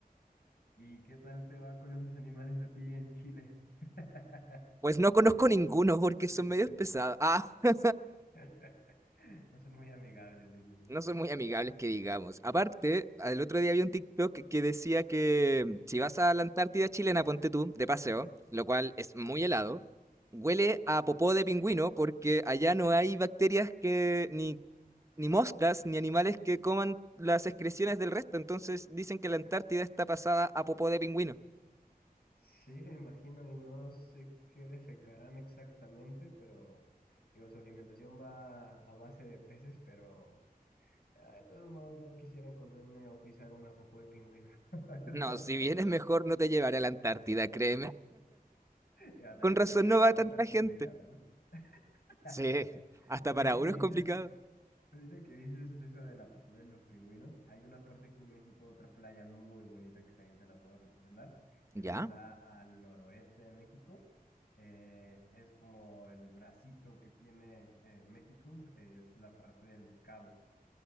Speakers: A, on the left (about 85°); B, on the right (about 20°).
A: ¿Y qué tal te va con esos animales a ti en Chile? <laughs>
B: Pues no conozco ninguno porque son
A: Ninguno.
B: medios pesados. <laughs>
A: <laughs> No son muy amigables, dices, ¿no?
B: No son muy amigables que digamos. Aparte, el otro día había un TikTok que decía que mm, si vas a la Antártida chilena, ponte tú, de paseo, lo cual es muy helado, huele a popó de pingüino porque allá no hay bacterias que, ni, ni moscas, ni animales que coman las excreciones del resto. Entonces dicen que la Antártida
A: Wow.
B: está pasada a popó de pingüino.
A: Sí, me imagino, y no sé qué defecarán exactamente, pero digo, su alimentación va a base de peces, pero ah, de todos modos no quisiera encontrarme o pisar una popó de pingüino. <laughs> De
B: No,
A: todos
B: si
A: modos,
B: vienes mejor no te llevaré a la Antártida, créeme.
A: Digo, también
B: Con razón
A: para ir
B: no
A: allá
B: va
A: va
B: tanta
A: a estar
B: gente.
A: complicado, ¿no? <laughs>
B: Sí, hasta
A: Ahorita
B: para uno
A: que dices
B: es complicado.
A: Ahorita que dices de eso de la pupú de los pingüinos, hay una parte aquí en México, otra playa muy bonita que también te la puedo recomendar.
B: ¿Ya?
A: Es, está al noroeste de México. Eh, es como el bracito que tiene eh, México, eh, es la parte de Los Cabos.